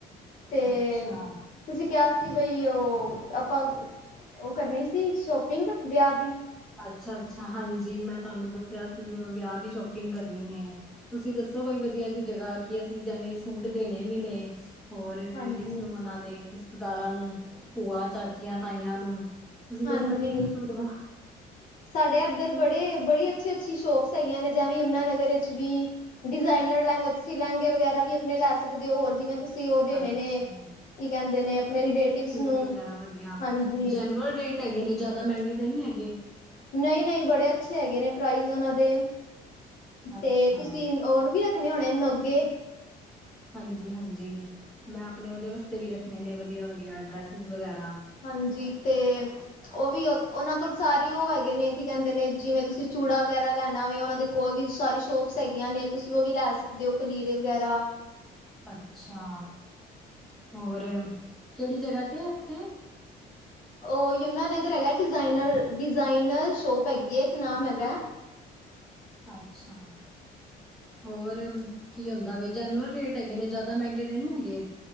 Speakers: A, on the left; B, in the centre.
A: ਤੇ
B: ਅੱਛਾ।
A: ਤੁਸੀਂ ਕਿਹਾ ਸੀ ਬਈ ਉਹ, ਆਪਾਂ, ਉਹ ਕਰਨੀ ਸੀ, ਸ਼ੋਪਿੰਗ ਵਿਆਹ ਦੀ।
B: ਅੱਛਾ ਅੱਛਾ, ਹਾਂਜੀ। ਮੈਂ ਤੁਹਾਨੂੰ ਦੱਸਿਆ ਸੀ ਵਿਆਹ ਦੀ ਸ਼ੋਪਿੰਗ ਕਰਨੀ ਐ। ਤੁਸੀਂ ਦੱਸੋ ਕੋਈ ਵਧੀਆ ਜਿਹੀ ਜਗ੍ਹਾ ਕਿ ਅਸੀਂ ਜਿਵੇਂ ਸੂਟ ਦੇਣੇ ਵੀ ਨੇਂ। ਹੋਰ ਰਿਲੇਟਿਵਸ
A: ਹਾਂਜੀ।
B: ਨੂੰ ਉਹਨਾਂ ਦੇ, ਰਿਸ਼ਤੇਦਾਰਾਂ ਨੂੰ, ਭੂਆ, ਚਾਚੀਆਂ, ਤਾਈਆਂ ਨੂੰ। ਤੁਸੀਂ
A: ਹਾਂਜੀ।
B: ਦੱਸੋ ਕਿੱਥੋ ਸੂਟ ਬਣਾ
A: ਸਾਡੇ ਇੱਧਰ ਬੜੇ, ਬੜੀ ਅੱਛੀ ਅੱਛੀ ਸ਼ੋਪਸ ਹੈਗੀਆਂ ਨੇਂ, ਜਿਵੇਂ ਯਮੁਨਾਨਗਰ ਇੱਚ ਵੀ ਡਿਜ਼ਾਇਨਰ ਲਹਿਂਗੇ, ਤੁਸੀ ਲਹਿੰਗੇ ਵਗੈਰਾ ਵੀ ਆਪਣੇ ਲੈ ਸਕਦੇ ਔਂ, ਹੋਰ ਜਿਵੇਂ ਤੁਸੀਂ ਉਹ ਦੇਣੇ
B: ਅੱਛਾ
A: ਨੇਂ ਕੀ ਕਹਿੰਦੇ ਨੇਂ ਆਪਣੇ ਰੇਲਟਿਵਸ
B: ਸੂਟ
A: ਨੂੰ
B: ਵਗੈਰਾ ਵਧੀਆ
A: ਹਾਂਜੀ।
B: ਜੈਨੂਅਲ ਰੇਟ ਹੈਗੇ ਨੇਂ, ਜ਼ਿਆਦਾ ਮਹਿੰਗੇ ਤੇ ਨਹੀਂ ਹੈਗੇ।
A: ਨਈਂ, ਨਈਂ, ਬੜੇ ਅੱਛੇ ਹੈਗੇ ਨੇਂ ਪ੍ਰਾਈਜ਼ ਉਹਨਾਂ ਦੇ,
B: ਅੱਛਾ,
A: ਤੇ ਤੁਸੀਂ ਉਹਨ ਵੀ ਰਖ ਖਣੇ ਹੋਣੇ ਨੋਗੇ।
B: ਹਾਂਜੀ ਹਾਂਜੀ, ਮੈਂ ਆਪਣੇ ਉਹਦੇ ਵਾਸਤੇ ਵੀ ਰੱਖਣੇ ਨੇਂ ਵਧੀਆ-ਵਧੀਆ ਡਰੈਸਿਸ ਵਗੈਰਾ।
A: ਹਾਂਜੀ ਤੇ ਉਹ ਵੀ ਉਹ ਉਹਨਾਂ ਕੋਲ ਸਾਰੇ ਉਹ ਹੈਗੇ ਨੇਂ, ਕੀ ਕਹਿੰਦੇ ਨੇਂ ਜਿਵੇਂ ਤੁਸੀਂ ਚੂੜਾ ਵਗੈਰਾ ਲੈਣਾ ਵੇ ਉਹਨਾਂ ਦੇ ਕੋਲ ਵੀ ਸਾਰੇ ਸ਼ੋਪਸ ਹੈਗੀਆਂ ਨੇਂ, ਤੁਸੀਂ ਉਹ ਵੀ ਲੈ ਸਕਦੇ ਹੋ ਕਲੀਰੇ ਵਗੈਰਾ।
B: ਅੱਛਾ। ਹੋਰ ਕਿਹੜੀ ਜਗ੍ਹਾ ਤੇ ਇੱਥੇ?
A: ਉਹ ਯਮੁਨਾ ਨਗਰ ਹੈਗਾ, ਡਿਜ਼ਾਇਨਰ, ਡਿਜ਼ਾਇਨਰ ਸ਼ੋਪ ਹੈਗੀ ਐ ਇੱਕ ਨਾਮ ਹੈਗਾ।
B: ਅੱਛਾ। ਹੋਰ ਕੀ ਹੁੰਦਾ ਵੀ, ਜੈਨੂਅਨ ਰੇਟ ਹੈਗੇ ਨੇਂ, ਜਿਆਦਾ ਮਹਿੰਗੇ ਤੇ ਨਹੀਂ ਹੈਗੇ?